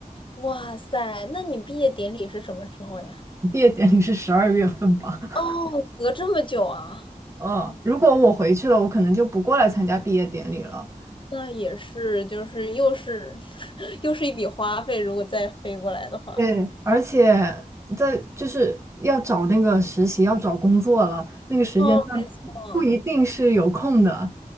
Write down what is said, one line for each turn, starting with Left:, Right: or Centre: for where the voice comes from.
Left: 哇塞，那你毕业典礼是什么时候呀？
Right: 毕业典礼是十二月份吧？<laughs>
Left: 哦，隔这么久啊，
Right: 嗯，如果我回去了，我可能就不过来参加毕业典礼了。
Left: 那也是，就是又是 <laughs> 又是一笔花费，如果再飞过来的话。
Right: 对，而且在就是要找那个实习，要找工作了，那个时间段不一定是有空的。
Left: 哦，没错，